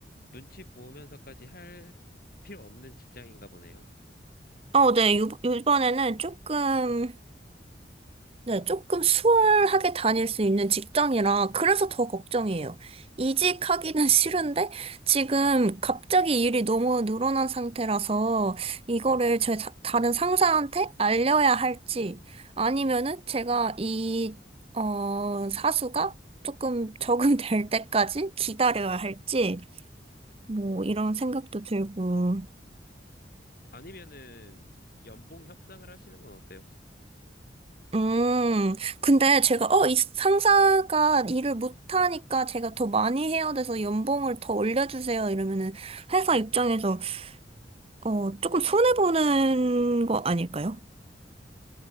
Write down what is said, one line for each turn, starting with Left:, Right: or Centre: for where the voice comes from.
Left: 눈치 보면서까지 할 필요 없는 직장인가 보네요.
Right: 어, 네, 요, 요번에는 조금, 네, 조금 수월하게 다닐 수 있는 직장이라 그래서 더 걱정이에요. 이직하기는 <laughs> 싫은데 지금 갑자기 일이 너무 늘어난 상태라서 이거를 제 다- 다른 상사한테 알려야 할지 아니면은 제가 이, 어, 사수가 조금 <laughs> 적응될 때까지 기다려야 할지 뭐 이런 생각도 들고
Left: 아니면은 연봉 협상을 하시는 건 어때요?
Right: 음, 근데 제가, 어, 이 상사가 일을 못하니까 제가 더 많이 해야 돼서 연봉을 더 올려주세요. 이러면은 회사 입장에서, 어, 조금 손해보는 거 아닐까요?